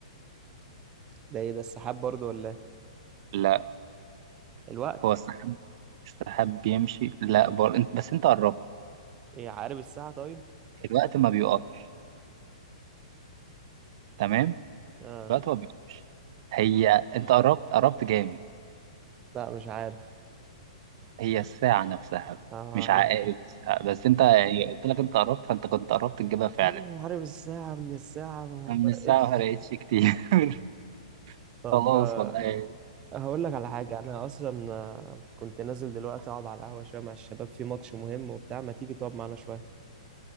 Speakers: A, on the right (about 25°); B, on the right (about 55°).
A: ده إيه ده السحاب برضو ولا إيه؟
B: لا
A: الوقت
B: هو السحاب السحاب بيمشي لا بر... انت بس انت قربت
A: إيه عقارب الساعة طيب
B: الوقت ما بيقفش تمام
A: اه
B: الوقت ما بيقفش هي انت قربت قربت جامد
A: لا مش عارف
B: هي الساعة نفسها
A: آه.
B: مش عقارب الساعة بس انت يعني قلت لك انت قربت فانت كنت قربت تجيبها فعلا
A: يا عم عارف الساعة من الساعة ما
B: أنا
A: فرقتش
B: من الساعة ما فرقتش كتير <laughs>
A: طب
B: خلاص
A: آه،
B: والله
A: هقول لك على حاجة أنا أصلا آه، كنت نازل دلوقتي أقعد على القهوة شوية مع الشباب في ماتش مهم وبتاع ما تيجي تقعد معانا شوية